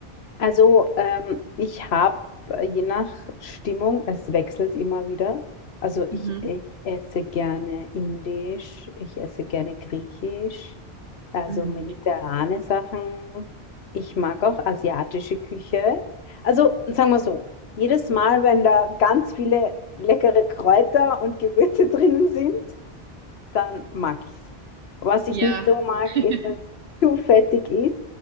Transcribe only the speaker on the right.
Mhm.
Mhm.
Ja,
<laughs>